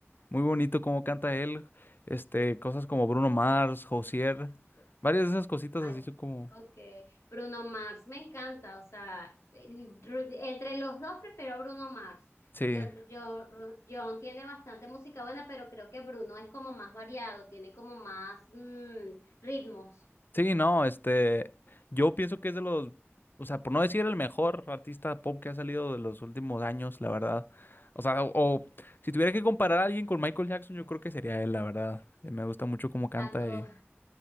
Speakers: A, on the left; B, on the left.
A: Muy bonito cómo canta él, este, cosas como Bruno Mars, Josier, varias de esas cositas
B: Ay,
A: así son como,
B: ok. Bruno Mars me encanta, o sea, eh, Ru- entre los dos prefiero a Bruno Mars.
A: sí,
B: Yo, yo, Ru- John tiene bastante música buena, pero creo que Bruno es como más variado, tiene como más mm, ritmos,
A: sí, no, este, yo pienso que es de los, o sea, por no decir el mejor artista pop que ha salido de los últimos años, la verdad, o sea, o, o si tuviera que comparar a alguien con Michael Jackson, yo creo que sería él, la verdad, Eh, me gusta mucho cómo canta
B: tanto
A: y,